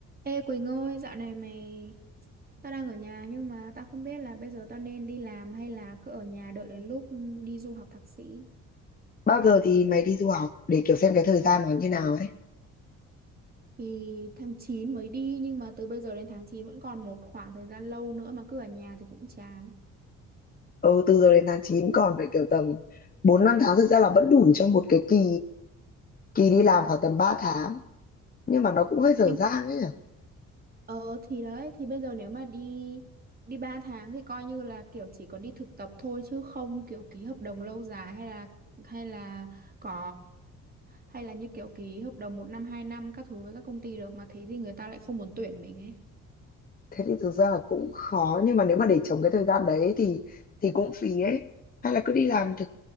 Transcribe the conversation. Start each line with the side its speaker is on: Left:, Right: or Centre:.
Right: Ê Quỳnh ơi, dạo này mày, tao đang ở nhà nhưng mà tao không biết là bây giờ tao nên đi làm hay là cứ ở nhà đợi đến lúc đi du học thạc sĩ.
Left: Bao giờ thì mày đi du học để kiểu xem cái thời gian nó như nào ấy.
Right: Thì tháng 9 mới đi nhưng mà từ bây giờ đến tháng 9 vẫn còn một khoảng thời gian lâu nữa mà cứ ở nhà thì cũng chán.
Left: Ừ, từ giờ đến tháng 9 còn phải kiểu tầm 4 5 tháng thực ra là vẫn đủ cho một cái kỳ kỳ đi làm khoảng tầm 3 tháng. Nhưng mà nó cũng hơi dở
Right: Nhưng
Left: dang ấy nhỉ.
Right: Ờ thì đấy, thì bây giờ nếu mà đi đi 3 tháng thì coi như là kiểu chỉ có đi thực tập thôi chứ không kiểu ký hợp đồng lâu dài hay là hay là có hay là như kiểu ký hợp đồng một năm hai năm các thứ với các công ty được mà thế thì người ta lại không muốn tuyển mình ấy.
Left: Thế thì thực ra là cũng khó nhưng mà nếu mà để trống cái thời gian đấy thì thì cũng phí ấy. Hay là cứ đi làm thực